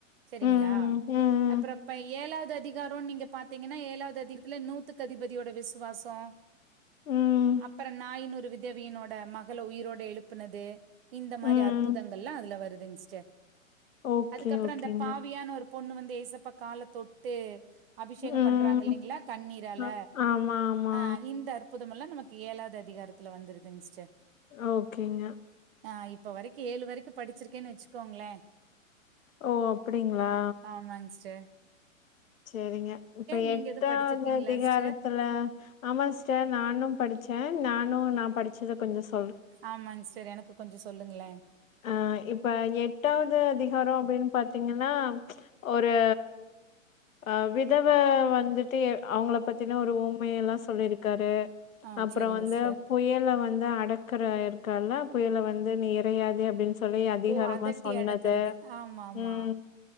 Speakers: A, on the right; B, on the left.
A: சேரிங்களா
B: ம் ம்
A: அப்பறோ இப்ப ஏழாவது அதிகாரோன் நீங்க பாத்தீங்கன்னா ஏழாவது அதிகத்துல நூத்துக்கு அதிபதியோட விஸ்வாசோ
B: ம்
A: அப்பறோ <unintelligible> விதவியனோட மகள உயிரோட எழுப்புனது இந்த மாரி
B: ம்
A: அற்புதங்கள்ளா அதுல வருதுங்க் சிஸ்டர்
B: ஓகே
A: அதுக்கப்பறோ
B: ஓகேங்க
A: அந்த ஓவியானு ஒரு பொண்ணு வந்து ஏசப்பா கால தொட்டு அபிஷேகம்
B: ம்
A: பண்றாங்க இல்லைங்க்ளா கண்ணீரால
B: அ ஆமா ஆமா
A: ஆ இந்த அற் புதமெல்லா நமக்கு ஏழாவது அதிகாரத்துல வந்துருதுங் சிஸ்டர்
B: ஓகேங்க
A: ஆ இப்போ வரைக்கு ஏழு வரைக்கு படிச்சிருக்கேன் வெச்சுக்கோங்க்ளே
B: ஓ அப்டிங்க்ளா
A: ஆமாங்ஸ்டர்
B: சேரிங்க இப்ப
A: நீங்க
B: எட்டாவது
A: எதுவும் படிச்சிருக்கீங்களா
B: அதிகாரத்துல
A: சிஸ்டர்?
B: ஆமாங்க்ஸ்டர் நானு படுச்சே நானு நா படிச்சத கொஞ்சோ ஸ்
A: ஆமாங்க்ஸ்டர் எனக்கு கொஞ்சோ சொல்லுங்க்ளே
B: ஆ இப்ப எட்டாவது அதிகாரோ அப்டின் பாத்தீங்கன்னா ஒரூ ஆ விதவ வந்துட்டு எ அவங்கள பத்தின ஒரு ஓ மை எல்லா சொல்லிருக்காரு
A: ஆ
B: அப்பறோ
A: சரிங்க
B: வந்து
A: சிஸ்டர்.
B: புயல வந்து அடக் க்கர இருக்கார்ல புயல வந்து நீ இறையாது அப்டின் சொ சொல்லி அதிகாரமா
A: ஓ அதட்டி
B: சொன்னது
A: அடுக்கறது. ஆமாமா.
B: ம்